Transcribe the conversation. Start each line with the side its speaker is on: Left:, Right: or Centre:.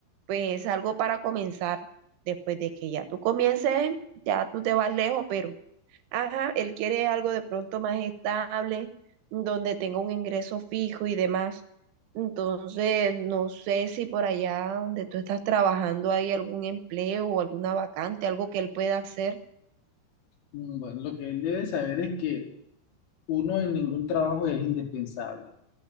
Right: pues es algo para comenzar. Después de que ya tú comiences, ya tú te vas lejos, pero ajá, él quiere algo de pronto más estable, donde tenga un ingreso fijo y demás. Entonces, no sé si por allá donde tú estás trabajando hay algún empleo o alguna vacante, algo que él pueda hacer.
Left: Mm, Bueno, lo que él debe saber es que uno en ningún trabajo es indispensable.